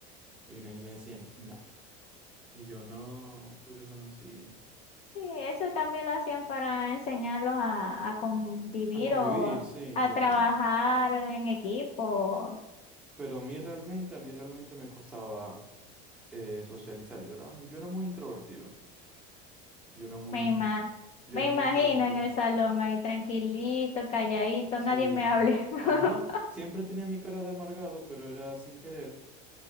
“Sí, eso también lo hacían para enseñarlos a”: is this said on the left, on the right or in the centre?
Left